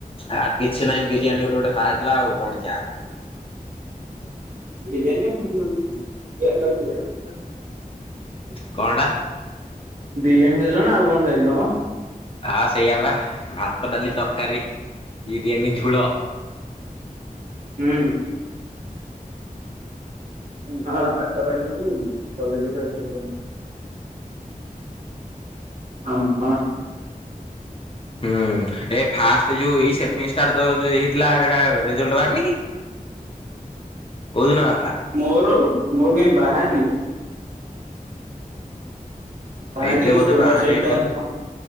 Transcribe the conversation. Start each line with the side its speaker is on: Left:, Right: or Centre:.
Left: ଆ କିଛି ନାହିଁ ବିରିୟାନୀ ଗୋଟେ ଗୋଟେ ଖା ହେଇଥିଲା ଆଉ କଣ ଖିଆହବ?
Right: ବିରିଆନି ନା <unintelligible> <unintelligible>
Left: କଣଟା?
Right: ବିରିୟାନୀ ଖାଇଲ ନା ଆଉ କଣ ଖାଇଥିଲ ମ?
Left: ହଁ ସେଇଆା ବା ଭାତ ଡାଲି ତରକାରୀ ବିରିୟାନୀ ଝୋଳ
Right: ହୁଁ ହୁଁ। ହଁ ବାଟ ପାଇଲୁନି କି କଲେଜ ରେ ଥାଇ କି କଲ କଲୁନି? ହଁ ହଁ।
Left: ହୁଁ ଏ ଫାଷ୍ଟ ଯୋଉ ଏଇ ସେ ଇଷ୍ଟାନ ହେଇଥିଲା ଏଇଟା ରେଜଲ୍ଟ ବାହାରନି କି? <unintelligible>
Right: ମୋର ମୋ- <inaudible> ବାହାରିନି। ବାହାରିନି
Left: ଏବେ
Right: କି
Left: ବୋଧେ
Right: ସୋଲାର
Left: ବାହାରିବ
Right: ସ୍କିପି
Left: ବୋଧେ
Right: ପାଇଁ